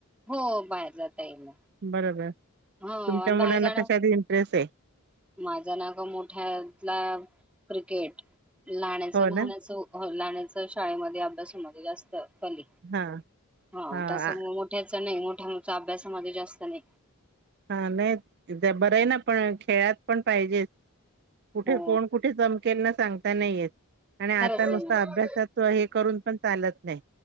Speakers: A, in the centre; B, on the right.
A: हो बाहेर जाता येईल ना.
B: बरोबर
A: हां
B: तुमच्या
A: आणि
B: मुलांना
A: बाहेर जाणं
B: कशात इंटरेस्ट आहे
A: माझा ना ग मोठ्यातला क्रिकेट. लहाण्याचं
B: हो
A: लहाण्याचं
B: ना
A: होण्याचं शाळेमध्यें अभ्यासामध्यें जास्तं केली
B: हा
A: हां
B: हा
A: त्यांसम मोठ त्याच नाही मोठ्याचं अभ्यासामध्ये जास्त नाही.
B: हा नाही बरं आहे ना पण, खेळात पण पाहिजेच. कुठे
A: हो
B: कोण कुठे? चमकेल ना सांगता नाही येत. आणि आता
A: खरंच
B: नुसता
A: आहे ना
B: अभ्यासाच हे करून पण चालत नाही.